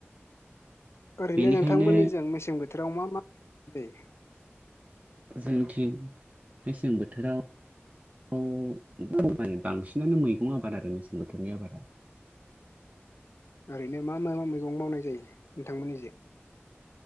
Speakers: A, on the left; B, on the right.
A: ओरैनो
B: बेनिखायनो
A: नोंथांमोननिजों मेसें बोथोराव मा मा <unintelligible> जायो।
B: जोंथिं मेसें बोथोराव औ <unintelligible> बांसिनानो मैगं आबाद आरो मेसें बोथोरनि आबादा <unintelligible>
A: ओरैनो मा मा मैगं मावनाय जायो नोंथांमोननिजों